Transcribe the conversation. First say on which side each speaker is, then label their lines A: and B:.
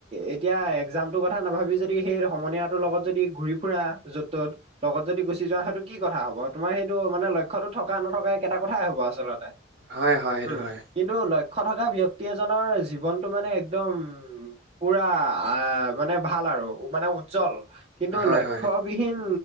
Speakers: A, on the right; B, on the right.
A: এতিয়া একজামটোৰ কথা নাভাবি যদি সেই সমনীয়াটোৰ লগত যদি ঘূৰি ফুৰা য'ত ত'ত লগত যদি গুচি যোৱা সেইটো কি কথা হব তোমাৰ সেইটো মানে লক্ষ্যতো থকা নথকাই একেইটা কথাই হব আ আচলতে
B: হয় হয় সেইটো
A: উম
B: হয়
A: কিন্তু ল লক্ষ্য থকা ব্যক্তি এজনৰ জীৱনটো মানে একদম উম পুৰা আ মানে ভাল আৰু মানে উজ্জ্বল কিন্তু
B: হয়
A: লক্ষ্যবিহীন
B: হয় সেইটো